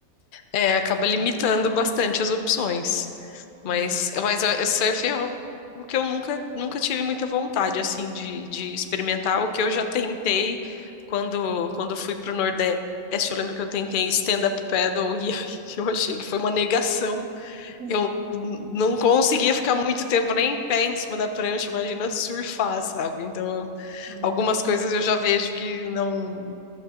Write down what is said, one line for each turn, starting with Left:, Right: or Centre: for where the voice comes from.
Left: É, acaba limitando bastante as opções. Mas,
Right: É.
Left: mas eh, surf é algo que eu nunca, nunca tive muita vontade, assim, de, de experimentar. O que eu já tentei quando, quando fui pro Nordeste, eu lembro que eu tentei stand-up paddle e <laughs> eu achei que foi uma negação.
Right: <laughs>
Left: Eu não conseguia ficar muito tempo nem em pé em cima da prancha, imagina surfar, sabe? Então,
Right: Sim,
Left: algumas coisas eu já vejo que não,